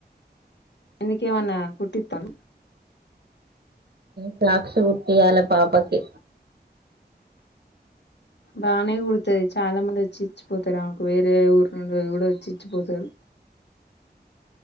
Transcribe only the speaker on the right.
ఫలాస్ కుట్టాల పాపకి